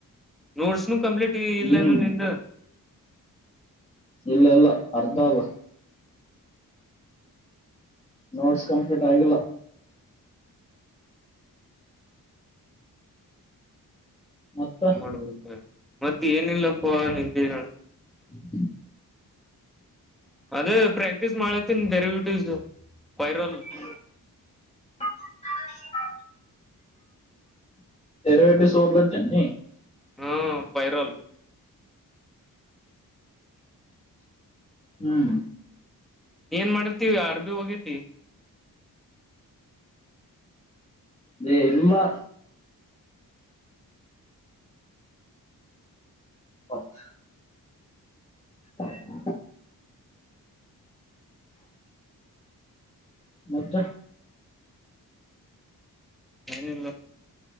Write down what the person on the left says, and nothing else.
ಹ್ಮ್
ಇಲ್ಲ ಇಲ್ಲ ಅರ್ಧ ಆದ. ನೋಟ್ಸ್ ಕಂಪ್ಲೀಟ್ ಆಗಿಲ್ಲ. ಮತ್ತ
ಹ <unintelligible>
<unintelligible> ಎರವೆಟಿಸ್ ಓದಲತ್ತೆನ್ನಿ.
ಹ್ಮ್
ಬೇ ಇಲ್ಲಾ. ಹ ಹ <unintelligible> ಮತ್ತೆ